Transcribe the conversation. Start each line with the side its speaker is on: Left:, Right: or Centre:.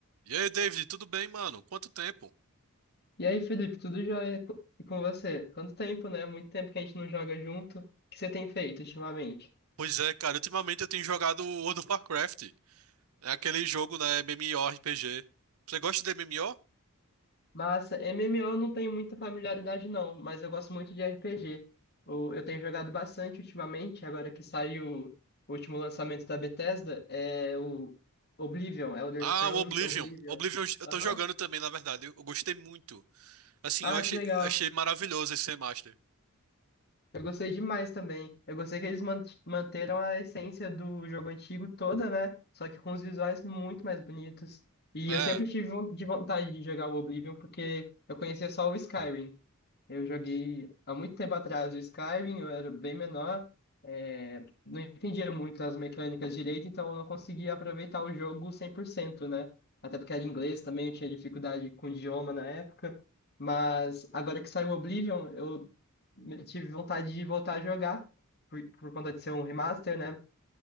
Right: E aí, David, tudo bem, mano? Quanto tempo?
Left: E aí, Felipe, tudo jóia? Co- E com você? Quanto tempo, né? Muito tempo que a gente não joga junto. O que você tem feito ultimamente?
Right: Pois é, cara, ultimamente eu tenho jogado World of Warcraft. É aquele jogo, né, MMORPG. Você gosta de MMO?
Left: Massa, MMO eu não tenho muita familiaridade não, mas eu gosto muito de RPG. O- Eu tenho jogado bastante ultimamente, agora que saiu o último lançamento da Bethesda, é o Oblivion, Elder
Right: Ah,
Left: Scrolls
Right: o Oblivion.
Left: Oblivion.
Right: Oblivion eu
Left: Aham.
Right: tô jogando também, na verdade. Eu eu gostei muito. Assim,
Left: Ah,
Right: eu achei,
Left: que legal.
Right: achei maravilhoso esse remaster.
Left: Eu gostei demais também. Eu gostei que eles man- manteram a essência do jogo antigo toda, né? Só que com os visuais muito mais bonitos. E
Right: É,
Left: eu sempre tive von- de vontade de jogar o Oblivion, porque eu conhecia só o Skyrim. Eu joguei há muito tempo atrás o Skyrim, eu era bem menor, é, não entendia muito as mecânicas direito, então eu não conseguia aproveitar o jogo 100%, né? Até porque era inglês também, eu tinha dificuldade com o idioma na época. Mas agora que saiu o Oblivion, eu me- tive vontade de voltar a jogar, por, por conta de ser um remaster, né?